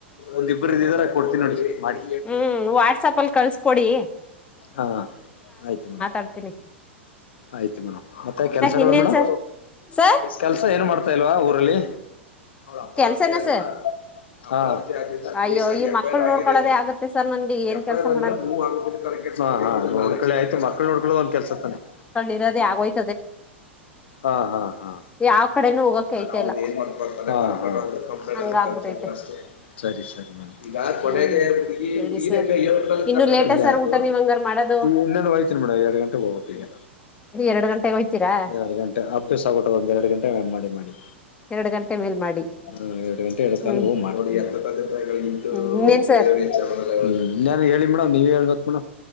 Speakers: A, on the left (about 60°); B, on the left (about 15°).
A: ಒಂದಿಬ್ರು ಇದಿದಾರ ಕೊಡ್ತೀನಿ ನೋಡಿ ಮಾಡಿ
B: ಹ್ಮ್ ವಾಟ್ಸಪ್ ಅಲ್ಲಿ ಕಳ್ಸ್ಕೊಡಿ
A: ಹಾ ಆಯ್ತು ಮೇಡಮ
B: ತರ್ತೀನಿ
A: ಆಯ್ತ ಮೇಡಮ್ ಮತ್ತೆ ಕೆಲ್ಸಗಳು
B: ಇನ್ನೇನ್
A: ಮೇಡಂ
B: ಸರ್ ಸರ್
A: ಕೆಲ್ಸ ಏನ್ ಮಾಡ್ತಾ ಇಲ್ವಾ ಊರಲ್ಲಿ ಅಪ್ರಾಪ್ತೆ
B: ಕೆಲ್ಸನ
A: ಅಲ್ವಾ
B: ಸರ್
A: <inaudible> ಮತ್ತೆ ಆ
B: ಅಯ್ಯೋ
A: ಕೇಸ್ ಆಗಿ
B: ಈ
A: ಎಫ್
B: ಮಕ್ಕಳ್
A: ಐ ಆರ್ ಆಗಿದ
B: ನೋಡ್ಕೊಳ್ಳೋದೇ
A: ಅ ನಾವು
B: ಆಗುತ್ತೆ ಸರ್ ನನ್ಗೆ ಏನ್
A: ಎಫ್
B: ಕೆಲ್ಸ
A: ಐ ಆರ್ ಅಂದ್ರ
B: ಮಾಡಣ
A: ನೀವ್ ಆಗುದ್ರ <unintelligible> ಹ ಹಾ ನೋಡ್ಕೊಳಿ ಆಯ್ತು ಮಕ್ಕಳು ನೋಡ್ಕೊಳ್ಳೋದು ಒಂದ್ ಕೆಲ್ಸತಾನೆ <inaudible>
B: ಇರೋದೆ ಆಗೋಯ್ತು
A: ಹಾ ಹಾ ಹಾ
B: ಯಾವ್ ಕಡೆನೂ ಹೋಗಕ್ಕೆ
A: ನ
B: ಐತೆ
A: ಹದು
B: ಇಲ್ಲ
A: ಏನ್ ಮಾಡ್ತತದೆ ಕಂಪ
B: ಹಂಗ ಆಗ್ಬಿಟೈತೆ
A: ಕಿದ್ರ ಅಷ್ಟ <inaudible> ಸರಿ ಸರಿ ಮೇಡ್ ಈಗ ಕೊಡಗೆ
B: ಹ್ಮ್
A: ಹುಗಿ
B: ಸರಿ
A: ಹುಗಿನ
B: ಸರ್
A: <inaudible>
B: ಇನ್ನು ಲೇಟ ಸರ್ ಊಟ ನೀವ್ ಹಂಗಾರ್ ಮಾಡೋದು
A: ಈ ಇನ್ನೇತರಿ ಮೇಡ ಎಡು ಗಂಟ ಹೋಗಬೇಕ ಈಗ
B: ಎರಡು ಗಂಟೆಗೆ ಹೋಗ್ತೀರಾ
A: ಎರಡು ಗಂಟೆ ಅಭ್ಯಾಸ ಆಬಿಟ್ಟದ ಒಂದ ಎರಡು ಗಂಟೆ ಮ ಮಾಡಿ ಮಾಡಿ
B: ಎರಡು ಗಂಟೆ ಮೇಲ್ ಮಾಡಿ
A: ಹ ಎರಡು ಗಂಟೆ ಎರ
B: ಹ್ಮ್
A: ತ ಹ ಮಾಡ್ಡಿ ಎತ್ತ ತ ಇದ್ದು
B: ಹ್ಮ್ ಇನ್ನೇನ್
A: ಬೇ
B: ಸರ್
A: ಹ್ಮ ನಾನನ್ ಹೇಳಿ ಮೇಡಮ್ ನೀವೇಳ್ಬೇಕಕ್ ಮೇಡ